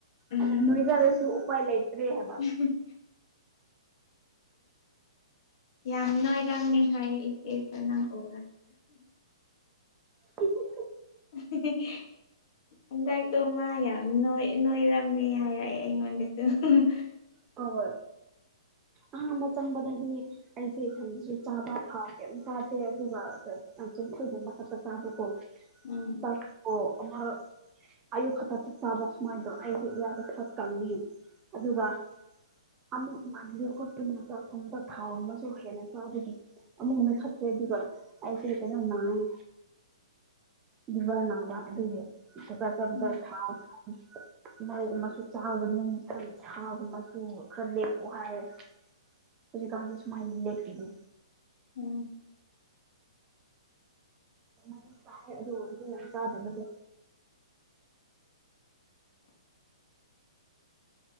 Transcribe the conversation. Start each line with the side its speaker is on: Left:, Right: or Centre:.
Left: ꯎꯝ
Right: ꯑꯩꯅ ꯅꯣꯏꯖꯔꯁꯨ ꯎꯄꯥꯏ ꯂꯩꯏꯇ꯭ꯔꯦ ꯍꯥꯏꯕ
Left: <unintelligible> ꯌꯥꯝ ꯅꯣꯏꯔꯝꯃꯤ ꯍꯥꯏꯌꯦ ꯏꯆꯦꯁꯨ ꯅꯪ ꯎꯔ
Right: <unintelligible>
Left: <unintelligible> ꯍꯟꯗꯛꯗꯣ ꯃꯥ ꯌꯥꯝ ꯅꯣꯏ ꯅꯣꯏꯔꯝꯃꯤ ꯍꯥꯏꯔꯛꯑꯦ ꯑꯩꯉꯣꯟꯗꯁꯨ <unintelligible>
Right: ꯍꯣ ꯍꯣꯏ ꯑꯍꯥꯝꯕ ꯆꯪꯕꯗꯗꯤ ꯑꯩꯁꯦ ꯊꯨꯝꯁꯨ ꯆꯥꯕ ꯊꯥꯎ ꯀꯩꯝ ꯆꯥꯗꯦ ꯑꯗꯨꯒ ꯆꯝꯐꯨꯠꯒꯨꯝꯕ ꯈꯛꯇ ꯆꯥꯕ ꯀꯣ
Left: ꯎꯝ
Right: ꯆꯥꯛꯀꯣ ꯑꯃꯥ ꯑꯌꯨꯛ ꯈꯛꯇ ꯆꯥꯛ ꯆꯥꯕ ꯁꯨꯃꯥꯏꯟ ꯇꯧ ꯑꯩꯁꯨ ꯏꯌꯥꯥꯛꯗꯣ ꯈꯔ ꯀꯪꯉꯤꯕꯒꯤ ꯑꯗꯨꯒ ꯑꯃꯨꯛ ꯃꯟꯕꯤ ꯈꯣꯠꯇꯨꯅ ꯊꯣꯡꯕ ꯊꯨꯝ ꯊꯥꯎ ꯒꯨꯝꯕꯁꯨ ꯍꯦꯟꯅ ꯆꯥꯕꯒꯤ ꯑꯃꯨꯛ ꯅꯣꯏꯈꯠꯇꯈ꯭ꯔꯦ ꯑꯗꯨꯒ ꯑꯩꯁꯦ ꯀꯩꯅꯣ ꯃꯥꯡ <unintelligible> ꯅꯥꯕ ꯑꯗꯨꯒꯤ <unintelligible>
Left: ꯎꯝ
Right: ꯃꯣꯔꯣꯛꯀꯨꯝꯕꯁꯨ ꯆꯥꯒꯅꯨ ꯊꯥꯎ ꯁꯨ ꯈꯔ ꯂꯦꯞꯄꯣ ꯍꯥꯏꯌꯦ ꯍꯧꯖꯤꯛꯀꯥꯟꯁꯨ ꯁꯨꯃꯥꯏꯅ ꯂꯦꯞꯄꯤꯅꯤ
Left: ꯎꯝ
Right: <unintelligible> ꯑꯗꯨ ꯑꯣꯏꯔꯁꯨ ꯆꯥꯗꯕꯗꯨ